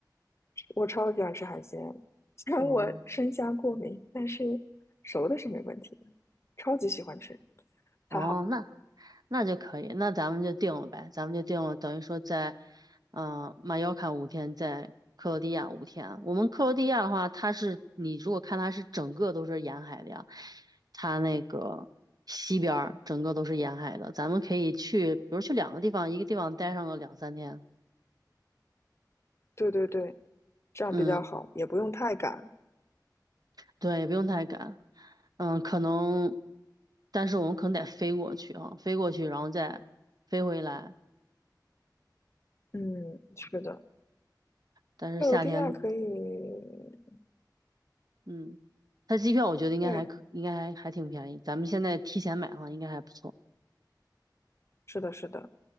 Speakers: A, on the left (about 35°); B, on the right (about 60°).
A: 我超喜欢吃海鲜，虽然我生虾过敏，
B: 哦
A: 但是熟的是没问题的，超级喜欢吃，太好了
B: 哦，那那就可以，那咱们就定了呗，咱们就定了，等于说在，嗯、马约卡五天，在克罗地亚五天啊。我们克罗地亚的话，它是你如果看它是整个都是沿海的呀，它那个西边儿整个都是沿海的，咱们可以去，比如去两个地方，一个地方待上个两三天，
A: 对对对，这样比较好，
B: 嗯，
A: 也不用太赶。
B: 对，也不用太赶，嗯，可能，但是我们可能得飞过去啊，飞过去，然后再飞回来，
A: 嗯，是的。
B: 但是夏天
A: 克罗地亚可以，
B: 嗯，他机票我觉得应该还可，
A: 对，
B: 应该还还挺便宜。咱们现在提前买的话应该还不错。
A: 是的，是的，